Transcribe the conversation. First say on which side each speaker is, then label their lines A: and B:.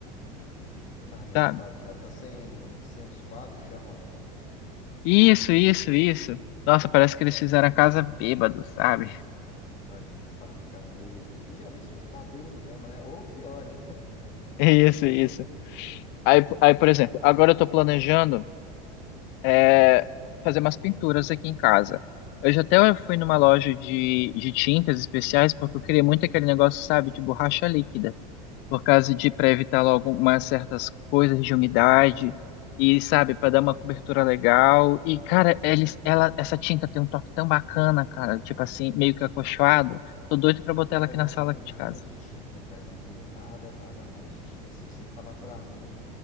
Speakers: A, on the left (about 35°); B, on the left (about 60°).
A: Ah, nem
B: sabe?
A: me fale, cara. Tá sem, sem os quadros que chama, né?
B: Isso, isso, isso. Nossa, parece que eles
A: Nossa,
B: fizeram a casa bêbado, sabe?
A: ah, nem me fale, cara. E, e geralmente esse povo tá bêbado mesmo, né? Ou pior, né?
B: Isso, isso. Aí, aí, por exemplo,
A: Ah,
B: agora eu tô planejando é, fazer umas pinturas aqui em casa. Hoje até eu fui numa loja de, de tintas especiais porque eu queria muito aquele negócio, sabe, de borracha líquida, por causa de para evitar logo umas certas coisas de umidade e, sabe, para dar uma cobertura legal. E, cara, eles, ela, essa tinta tem um toque tão bacana, cara, tipo assim, meio que acolchoado. Tô doido pra botar
A: Cara,
B: ela aqui
A: eu
B: na
A: não entendo
B: sala
A: nada
B: de casa.
A: de tinta, cara. Eu não entendo nada, nada, nada de tinta. Se você falar pra mim